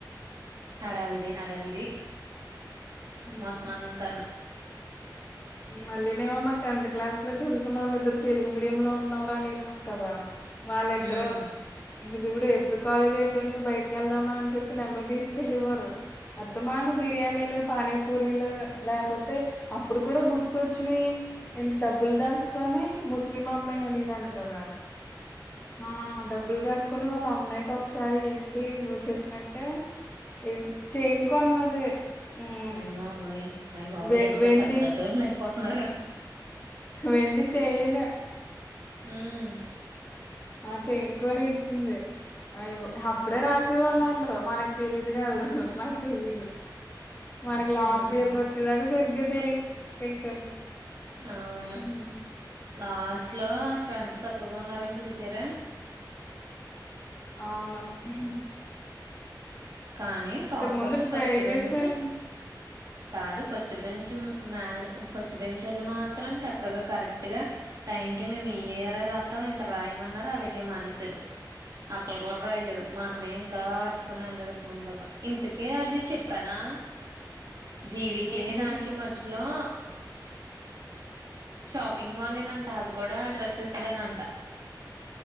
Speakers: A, on the right; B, on the left.
A: హడావిడి హడావిడి
B: ఉమ్,
A: మొత్తమంతాను
B: మళ్ళీనేమో మా టెన్త్ క్లాస్ లో చదువుకున్న వాళ్ళు ఇద్దరు తెలుగు మీడియంలో ఉన్నావ్ర అనేదాన్ని కదా వాళ్ళిద్దరు
A: ఉమ్
B: ఇంక చూడు ఎప్పుడు కాలేజ్ అయిపోయిందో బయటకి వెళ్దామా అని చెప్పి నన్ను తీసుకెళ్లివోరు అత్తమాను బిర్యానీలు పానీపూరీలు లేపోతే అప్పుడు కూడా బుక్సొచ్చినియ్ ఇంటి డబ్బులు దాసుకొనీ ముస్లిం అమ్మాయి అనేదాన్ని కదా ఆ డబ్బల్ దాస్ కొని వాళ్ళ అన్నయ్యకోక్కసారి ఏంటి నువ్ చెప్పినట్టే ఏన్ట్ చైను కొన్నది ఉమ్
A: అయ్బాబోయ్ అయ్బాబోయ్
B: వె
A: ఎంత
B: వెండి
A: పెద్ద పెద్దోళ్ళు అయిపోతున్నారో
B: వెండి చైను
A: హ్మ్
B: ఆ చైనుకోని ఇచ్చింది అయ్బ్ అప్పుడే రాసేవాళ్ళ ఆళ్ళు మనకు తెలీదుగా కాదు మనకి తెలీదు మనకి లాస్ట్
A: అవును
B: ఇయర్కొచ్చేదాకా సరిగ్గా తెలియదు నాకైతే
A: అవ్ను
B: ఉమ్,
A: లాస్ట్లో స్ట్రెంత్ తక్కువగా ఉన్నా రన్ పిలిచార
B: అవును హ్మ్
A: కానీ టాపర్స్
B: ముందు ట్రై
A: ఫస్ట్ బెంచ్
B: చేసాను
A: కాదు ఫస్ట్ బెంచ్ మ ఫస్ట్ బెంచోళ్ళు మాత్రం చక్కగా కరెక్ట్ గా టైంకె మేము ఈ ఇయరే రాత్తం ఇంక రాయమన్నారు అలాగే మానేసారు అక్కలు కూడా రాయలేదు మనమే ఇంకా అట్టుకొని వెల్లడ అం బాబా ఇంతకే అది చెప్పానా జీవికిని
B: ఏంటి
A: దానికి మధ్య లో షాపింగ్ మాలేనంట అది కూడా డ్రెస్సెస్ దేనంట